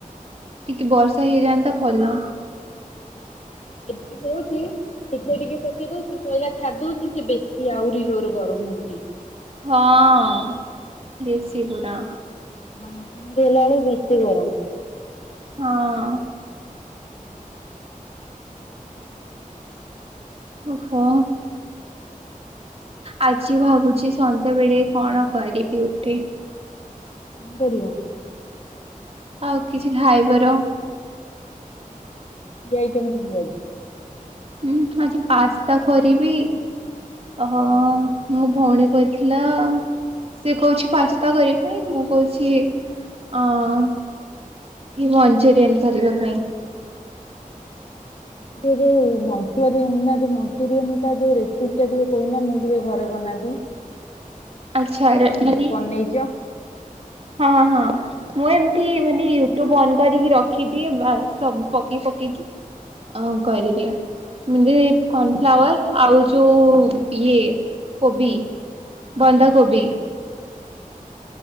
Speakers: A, on the right; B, on the left.
A: ଟିକେ ବର୍ଷା ହେଇଯାନ୍ତା ଭଲ।
B: ଏବେ କୋଉଠି? ଟିକେ ଟିକେ ପକେଇ ଦଉଛି ଶଇଲା ଛାଡି ଦଉଛି ସେ ବେଶୀ ଆହୁରି ଯୋରେ ଗରମ ହଉଛି।
A: ହଁ ବେଶୀ ପୁରାଅ।
B: ନା ସେମତି ହେଲା ବେଳକୁ ବେଶୀ ଗରମ।
A: ହଁ। ଓହୋ। ଆଜି ଭାବୁଛି ସନ୍ଧ୍ୟାବେଳେ କଣ କରିବି ଗୋଟେ।
B: କଣ କରିବ?
A: ଆଉ କିଛି ଖାଇବାର
B: କି ଆଇଟମ୍ କରିବ ଆଜି?
A: ହୁଁ ଆଗେ ପାସ୍ସ୍ତା କରିବି। ଓହୋ ମୋ ଭଉଣୀ କହିଥିଲା। ସେ କହୁଛି ପାସ୍ତା କରିବା ପାଇଁ ମୁଁ କହୁଛି ଅଁ କି ମଞ୍ଚୁରିୟନ କରିବା ପାଇଁ।
B: ସେ ଯୋଉ ମଞ୍ଚୁରୀୟନ୍ ମଞ୍ଚୁରୀୟନ୍ ଟା ଯୋଉ ରେସିପି ଟା ଟିକେ କହୁନା ମୁଁ ଟିକେ ଘରେ ବନାନ୍ତି।
A: ଆଛା <unintelligible> ମାନେ
B: ନେଇଚ।
A: ହଁ ହଁ। ମୁଁ ଏମିତି ମାନେ ୟୁଟ୍ୟୁବ ଅନ କରିକି ରଖିଦିଏ ସବୁ ପକେଇ ପକେଇକି? ଅଁ କରିଦିଏ। ମୁଞ୍ଜେ କର୍ଣଫ୍ଲାୱାର ଆଉ ଯୋଉ ଇଏ କୋବି ବନ୍ଧା କୋବି
B: ହଁ